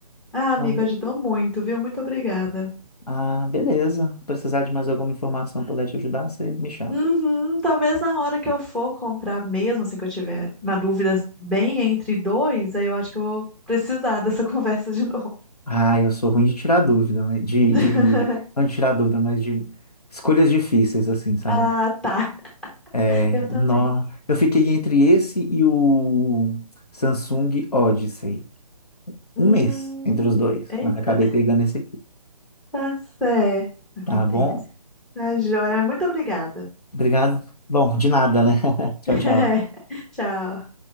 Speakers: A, in the centre; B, on the left.
A: Ah, amigo,
B: Não,
A: ajudou muito, viu? Muito obrigada.
B: Ah, beleza. Se Precisar de mais alguma informação, puder te ajudar, você me chama.
A: Uhum, talvez na hora que eu for comprar mesmo, assim que eu tiver na dúvida bem entre dois, aí eu acho que eu vou precisar dessa <laughs> conversa de novo.
B: Ah, eu sou ruim de tirar dúvida, mas- de,
A: <laughs>
B: de, não de tirar dúvida, mas de escolhas difíceis, assim, sabe?
A: Ah, tá.
B: É,
A: Eu também.
B: nó. Eu fiquei entre esse e o Samsung Odyssey.
A: Hum,
B: Um mês entre os dois, mas
A: eita,
B: acabei pegando esse aqui,
A: tá certo. Acontece.
B: tá bom?
A: Tá joia, mas muito obrigada.
B: Obrigado. Bom, de nada, né? <laughs> Tchau,
A: <laughs>
B: tchau.
A: Tchau.